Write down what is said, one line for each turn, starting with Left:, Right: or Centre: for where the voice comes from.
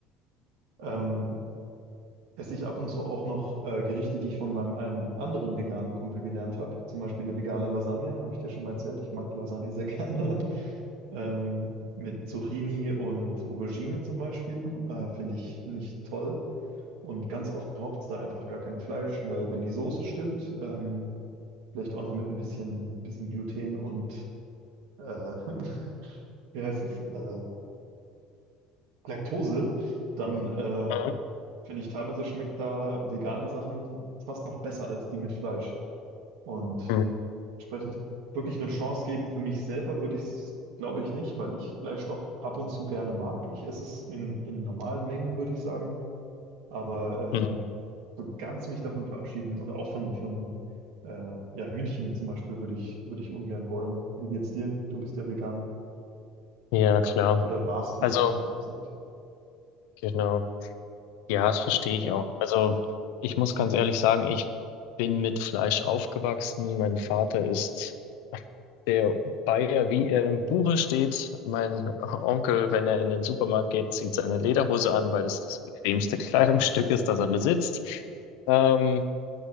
Right: Ähm, esse ich ab und zu auch noch äh, Gerichte, die ich von meinem einen anderen veganen Kumpel gelernt habe. Zum Beispiel eine vegane Lasagne, habe ich dir schon mal erzählt. Ich mag Lasagne sehr <laughs> gerne. Ähm, mit Zucchini und Aubergine zum Beispiel. Äh, finde ich, finde ich toll. Und ganz oft braucht es da einfach gar kein Fleisch, weil wenn die Soße stimmt, ähm, vielleicht auch noch mit ein bisschen, bisschen Gluten und äh, <laughs> wie heißt es, äh, Laktose, dann äh,
Left: Mhm.
Right: finde ich, teilweise schmeckt da vegane Sachen fast noch besser als die mit Fleisch. Und
Left: Mhm.
Right: entsprechend wirklich eine Chance geben für mich selber würde ich es, glaube ich, nicht, weil ich Fleisch doch ab und zu gerne mag. Ich esse es in, in normalen Mengen, würde ich sagen. Aber ähm,
Left: Mhm.
Right: so ganz mich davon verabschieden oder auch von, von äh, ja, Hühnchen zum Beispiel würde ich, würde ich ungern wollen. Wie geht's dir? Du bist ja Veganer.
Left: Ja, klar.
Right: Oder warst Veganer,
Left: Also,
Right: besser gesagt.
Left: genau. Ja, das verstehe ich auch. Also, ich muss ganz ehrlich sagen, ich bin mit Fleisch aufgewachsen. Mein Vater ist Der Bayer, wie er im Buche steht, mein Onkel, wenn er in den Supermarkt geht, zieht seine Lederhose an, weil es das bequemste <laughs> Kleidungsstück ist, das er besitzt. Ähm,